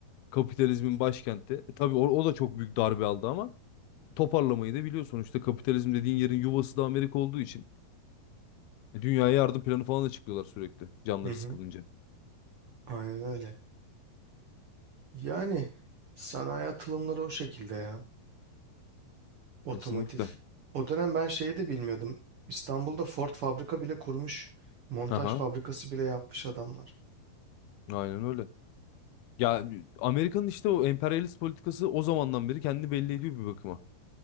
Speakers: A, on the left; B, on the right.
A: kapitalizmin başkenti. E, tabii o, o da çok büyük darbe aldı ama toparlamayı da biliyor sonuçta kapitalizm dediğin yerin yuvası da Amerika olduğu için. E, dünyaya yardım planı falan da çıkıyorlar sürekli canları
B: hı hı.
A: sıkılınca.
B: Aynen öyle. Yani sanayi atılımları o şekilde ya. Otomotiv.
A: Kesinlikle.
B: O dönem ben şeyi de bilmiyordum. İstanbul'da Ford fabrika bile kurmuş. Montaj
A: Aha,
B: fabrikası bile yapmış adamlar.
A: aynen öyle. Ya Amerika'nın işte o emperyalist politikası o zamandan beri kendini belli ediyor bir bakıma.